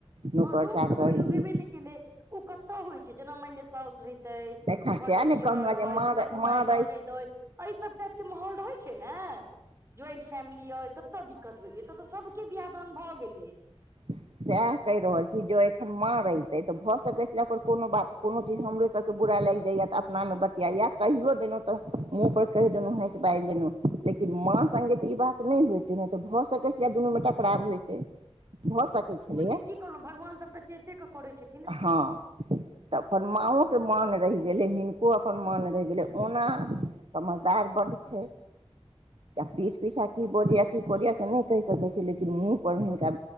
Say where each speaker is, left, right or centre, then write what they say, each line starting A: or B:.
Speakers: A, on the right; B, on the right.
A: नौकर
B: हँ रोक
A: चाकर
B: टोक कहियो
A: ई
B: भेबे नहि केलै ओ कतऽ होइ छै जेना मानि लिअ साउस रहि- -तै
A: एखन सएह
B: घर मे
A: ने
B: दियर
A: कहलहुँ
B: अइ
A: जे मारै
B: दूटा कुमारि
A: मारै
B: ननैद अइ एहि सब टाइप के माहौल रहै छै ने ज्वाइंट फैमिली अइ तऽ ओतऽ दिक्कत हौय छै एतऽ सबके बिआह दान भऽ गेलै
A: साएह कहि रहल छी ज्यों एखन माँ रहितै तऽ भऽ सकै छलाह ओकर कोनो बात कोनो चीज हमरे सबके बुरा लागि जाइया तऽ अपनामे बतियाइया कहियौ देलहूँ तऽ मुँह पर कहि देलहूँ हँस बाजि देलहूँ लेकिन माँ संगे तऽ ई बात नहि होतै न तऽ भऽ सक- दुनू मे टकराब होयतै भऽ सकै
B: तऽ
A: छलैए
B: ओ चीज की कहलहुँ भगवान सभटा चेते कऽ करै छै
A: हँ तऽ अपन माँओे मान रहि गेलै हिनको अपन मान रहि गेलै ओना समझदार बड्ड छै पीठ पीछा की बजैया कि करैया से नहि कहि सकै छी लेकिन मुँह पर हिनका